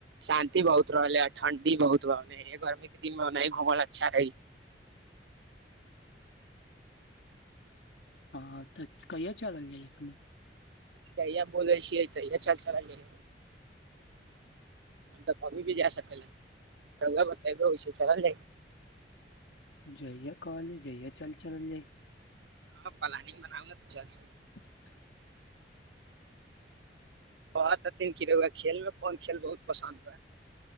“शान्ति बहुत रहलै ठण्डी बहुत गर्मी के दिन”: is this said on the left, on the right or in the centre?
Right